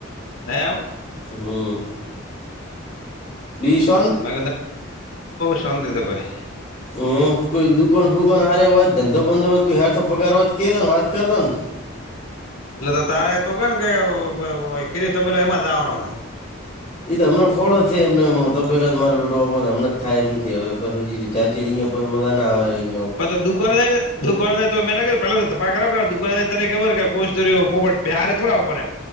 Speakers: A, on the left; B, on the left.
A: એમ
B: હમ બીષ
A: મે શંતે દ ભાઈ
B: હમ કોઈ દુકોન ફુકોન આરે હોત ધંધો બંધો કોઈ હારથો પગાર હો કે દોને વાત કર દો ને
A: એટલે તો તારેા તું ક ને કે કેીધું તબેલો એમાં જ આવવાનો
B: એ તો હમને ખો જ છે એમને તબેલા જ મારા બેઠો આપ હમં જ થાય એમ નથી હવે પા ચાચીરીંયા પણ મજા ના આવે અં
A: પ તો દુકાનને દુ તો મે્યું પેલાાવ દુકને ખબર કે કો પોપટ બિહારે થોડા આપણને એમ